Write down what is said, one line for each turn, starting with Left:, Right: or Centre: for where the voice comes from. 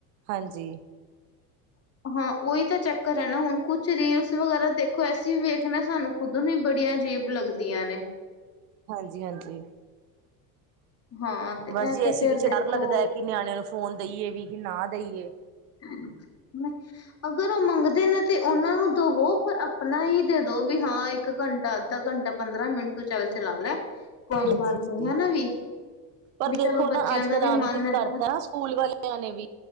Right: ਹਾਂਜੀ।
Left: ਹਾ ਉਹੀ ਤਾ ਚੱਕਰ ਹੈ ਨਾ ਹੁਣ ਕੁਛ ਰੀਲਸ ਵਗੈਰਾ ਦੇਖੋ ਅਸੀ ਵੀ ਵੇਖਣਾ ਸਾਨੂੰ ਖ਼ੁਦ ਨੂੰ ਬੜੀਆ ਅਜੀਬ ਲੱਗਦੀਆ ਨੇ।
Right: ਹਾਂਜੀ-ਹਾਂਜੀ
Left: ਹਾਂ ਤੇ
Right: ਬਸ
Left: ਇਹ
Right: ਜੀ
Left: ਤੇ
Right: ਐਸੀ
Left: ਫੇਰ
Right: ਕੁਛ
Left: ਦੇਖੋ
Right: ਡਰ ਲੱਗਦਾ ਕਿ ਨਿਆਣਿਆਂ ਨੂੰ ਫੋਨ ਦਈਏ ਵੀ ਕਿ ਨਾ ਦੇਈਏ।
Left: <unintelligible> ਅਗਰ ਉਹ ਮੰਗਦੇ ਨੇ ਤੇ ਉਹਨਾ ਨੂੰ ਦਵੋ ਪਰ ਆਪਣਾ ਹੀ ਦੇ ਦੋ ਵੀ ਹਾ ਇੱਕ ਘੰਟਾ, ਅੱਧਾ ਘੰਟਾ, ਪੰਦਰਾਂ ਮਿੰਟ ਤੂੰ ਚੱਲ ਚਲਾ ਲੈ ਕੋਈ
Right: ਹਾਂਜੀ,
Left: ਗੱਲ
Right: ਹਾਂਜੀ।
Left: ਨੀ ਹਨਾ ਵੀ।
Right: ਪਰ
Left: ਵੀ ਚਲੋ
Right: ਦੇਖੋ ਨਾ
Left: ਬੱਚਿਆਂ
Right: ਅੱਜ
Left: ਦਾ
Right: ਕੱਲ ਆ ਵੀ
Left: ਮਨ
Right: ਚੀਜ਼
Left: ਏਦਾਂ
Right: ਕਰਤਾ ਸਕੂਲ ਵਾਲਿਆ ਨੇ ਵੀ